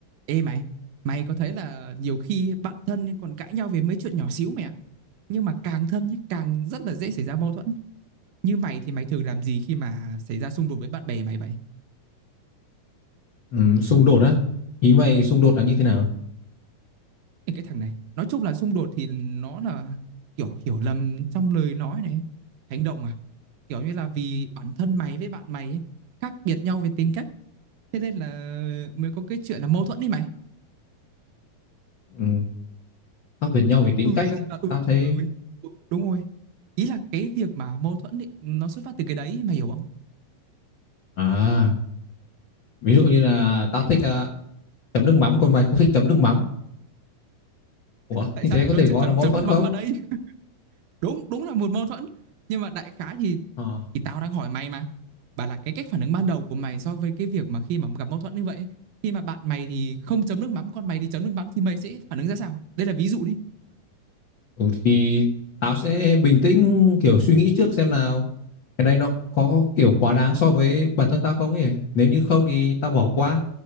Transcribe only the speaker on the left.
Ừ, xung đột á ý mày xung đột là như thế nào
ừ, khác biệt nhau về tính
cách
á
tao thấy
à ví dụ như là tao thích à, chấm nước mắm còn mày không thích chấm nước mắm ủa
như
thế
có
thể gọi
là mâu
thuẫn
không
Ờ.
ừ, thì tao sẽ bình tĩnh kiểu suy nghĩ trước xem nào cái đây nó có kiểu quá đáng so với bản thân tao không ấy nếu như không thì tao bỏ qua